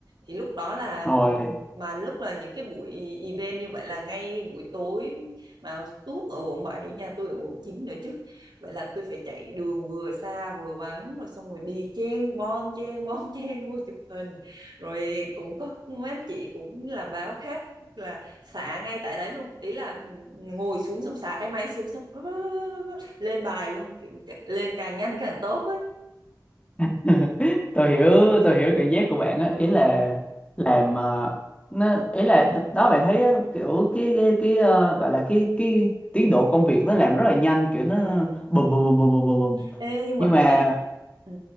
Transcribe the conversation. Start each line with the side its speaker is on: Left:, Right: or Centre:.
Right: thì lúc đó là
Left: rồi
Right: mà lúc là những cái buổi event như vậy là ngay buổi tối mà tuốt ở quận bảy nhà tôi ở quận 9 nữa chứ vậy là tôi phải chạy đường vừa xa vừa vắng rồi xong rồi đi chen bon chen bon <laughs> chen vô chụp hình rồi cũng có mấy anh chị cũng làm báo khác là xả ngay tại đấy luôn ý là ngồi xuống xong xả cái máy xuống xong bá, bá, bá, bá, bá, lên bài luôn Kiểu- lên càng nhanh càng tốt ấy
Left: <laughs> tôi hiểu tôi hiểu cảm giác của bạn á ý là
Right: ừ.
Left: làm ờ, nó ý là đó bạn thấy á, kiểu cái cái, cái ờ, gọi là cái cái tiến độ công việc nó làm rất là nhanh kiểu
Right: Ừ.
Left: nó bùm bùm bùm bùm bùm bùm bùm.
Right: Ê, nhưng mà
Left: nhưng
Right: có
Left: mà
Right: khi Ừ.